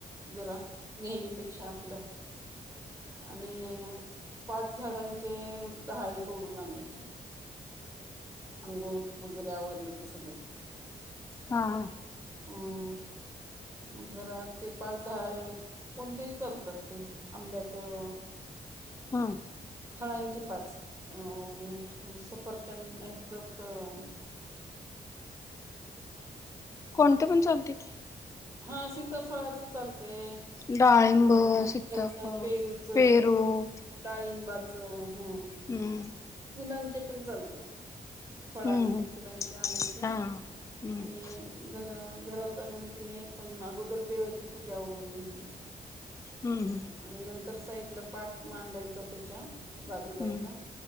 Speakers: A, on the right; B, on the left.
A: जरा नेहमीपेक्षा आपल्या आणि पाच झाडांचे डहाळे तोडून आणायचे आंघोळ वगैरे आवरलं की सगळं
B: हा हां
A: हम्म मग घरात ते पाच डहाळे कोणतेही चालतात ते आंब्याचं
B: हा
A: फळांची पाच अं सफरचंद हेच हम्
B: कोणते पण चालतय की
A: हा शीतफळाच चालतंय अ
B: डाळिंब, सीताफळ,
A: त्याच पेरूच
B: पेरू
A: डाळिंबाच हा
B: हम्
A: फुलांचे पण चालतात फळांचे
B: हम्म
A: फुलांचे आणायचे
B: हा हम्म
A: आणि <unintelligible> घरात आणून की नई पण अगोदर देवाची पूजा आवरून घ्यायची
B: हम्म
A: आणि नंतर साईडला पाट मांडायचा त्याच्या बाजूला
B: हम्म
A: एका